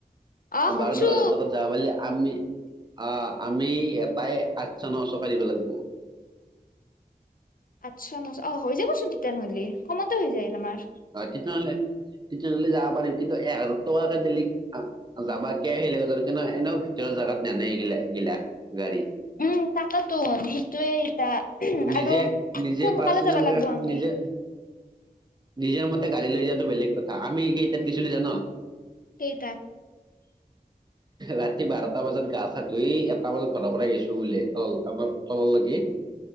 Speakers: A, on the left; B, on the right.
A: অ শুনছো
B: বাৰ দহ হাজাৰ টকা যাব বুলি আমি আহ আমি এটাই আঠ চ ন চকৈ দিব লাগিব
A: আচ্ছা নহ অ হৈ যাবচোন তেতিয়াহলে কমতে হৈ যায় তুমাৰ
B: হয় তেতিয়াহ'লে তেতিয়াহ'লে যাব পাৰিম কিন্তু এক হাজাৰ টকাকে দিলি যাবাকিয় আহিল কিন্তু এনেও ভিতৰৰ জোগাত নেনেইগিলা এগিলা গাড়ী
A: উম তাকেতো সেইটোৱে এা
B: নিজে
A: আৰু
B: নিজে
A: সোনকালে
B: পাৰ্চনেল
A: যাব লাগিব
B: কে
A: আমি
B: নিজে নিজৰ মতে গাড়ী লৈ যোৱাটো বেলেগ কথা আমি কেইটাত গৈছিলো জান
A: কেইটাত
B: ৰাতি বাৰটা বজাত গা চা ধুই এটা বজাত ঘৰৰ পৰা গৈছো বোলে তল আমাৰ তলৰ লাগি